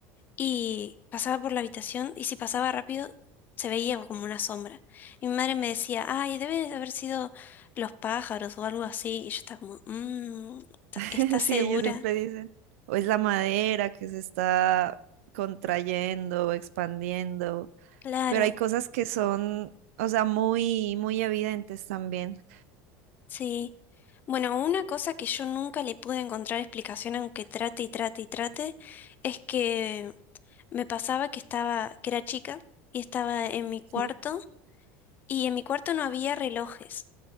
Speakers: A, on the left; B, on the right.
A: Y pasaba por la habitación y si pasaba rápido se veía como una sombra. Y mi madre me decía, ay, debe de haber sido los pájaros o algo así. Y yo estaba como, mmm,
B: <laughs>
A: ¿estás
B: Sí,
A: segura?
B: ellos siempre dicen. O es la madera que se está contrayendo, expandiendo.
A: Claro,
B: pero hay cosas que son, o sea, muy, muy evidentes también.
A: Sí. Bueno, una cosa que yo nunca le pude encontrar explicación, aunque trate y trate y trate, es que me pasaba que estaba, que era chica y estaba en mi cuarto
B: Sí.
A: y en mi cuarto no había relojes.